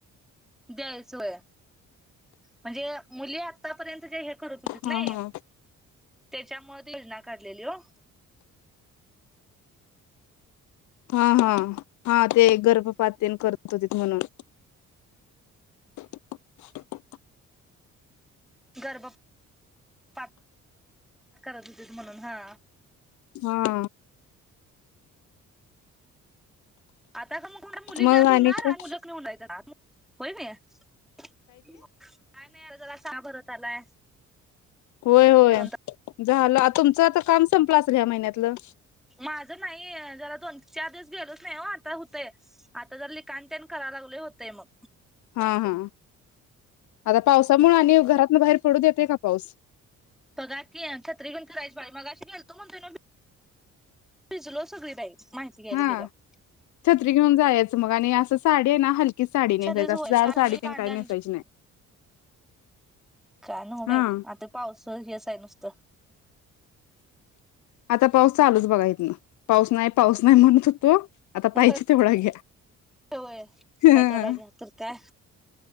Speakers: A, in the centre; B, on the left (about 70°).
A: द्यायचय होय म्हणजे मुली आतापर्यंत जे करत होतीस नाही
B: हा हा.
A: त्याच्यामुळ <unintelligible> काढलेली हो.
B: हा हा हा ते गर्भपातन तेन करत होतीत म्हणून. <inaudible>
A: गर्भ पात. करत होतीत म्हणून हा.
B: हा.
A: आता का मग थड <unintelligible> मुली
B: मग
A: जत
B: आणि
A: होणार
B: काय
A: मुलं नाहीऊय होय ना काय नाही आता जरा ताप भरत आलाय.
B: होय होय
A: दोन
B: झालं तुमचं आता काम संपलं असेल ह्या महिन्यातलं?
A: माझं नाही जरा दोन चार दिवस गेलोच नाही हो आता होतेय आता लिखाण ते न करायला लागले होते मग.
B: हा हा आता पावसामुळ‌ आणि घरातन बाहेर पडू येते का? पाऊस.
A: बघा की छत्री घेऊन फिरायचं बाई मगाशी गेलतो म्हणताना <inaudible> भिजलो सगळी बाई माहिती घ्यायला
B: हा
A: गेल्यावर.
B: छत्री घेऊन जायचं मग आणि असं साडी ना हलकी. की साडी नेसायच
A: छत्रीच
B: असं
A: होय
B: जाड
A: काल
B: साडी
A: मी
B: ते
A: कांदा
B: न काही नेसायची नाही.
A: का नवं
B: हा
A: बाई आता पाऊसवसुळ हे आहे नुसतं.
B: आता पाऊस चालूच बघा येत ना पाऊस नाही पाऊस नाही म्हणत‌ होतो. आता
A: होय
B: पाहिजे तेवढं घ्या
A: होय
B: ह.
A: काय तेवढा घ्या तर काय